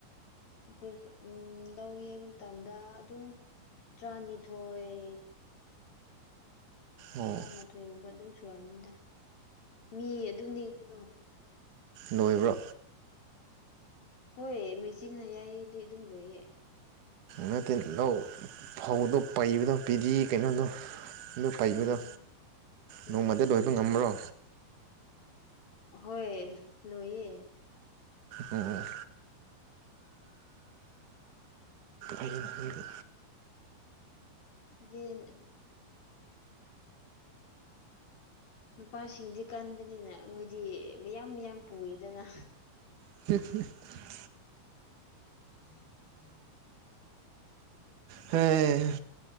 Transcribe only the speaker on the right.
ꯑꯣ
ꯂ‌ꯣꯏꯕ꯭ꯔꯣ
ꯅꯠꯇꯦ ꯂꯧ ꯐꯧꯗꯣ ꯄꯩꯕꯗꯣ ꯄꯤꯗꯤ ꯀꯩꯅꯣꯗꯣ ꯑꯗꯨ ꯄꯩꯕꯗꯣ
ꯅꯣꯡꯃꯗ ꯂꯣꯏꯕ ꯉꯃ꯭ꯔꯣ
ꯑꯣ ꯑꯣ ꯑꯩ
<unintelligible>
ꯍꯩ